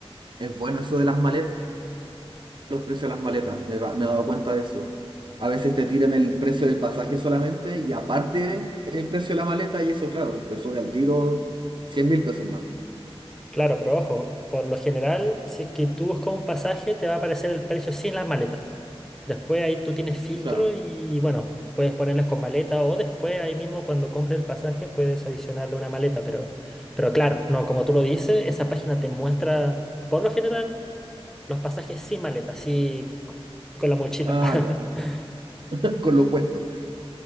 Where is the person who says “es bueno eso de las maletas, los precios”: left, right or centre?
Right